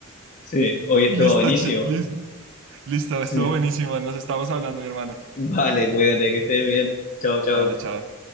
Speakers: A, on the left; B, on the right.
A: Sí, hoy estuvo
B: Listo,
A: buenísimo.
B: chi- lis- listo,
A: Sí.
B: estuvo buenísimo, nos estamos hablando, mi hermano.
A: Vale, cuídate, que estés bien. Chao, chao.
B: Vale, chao.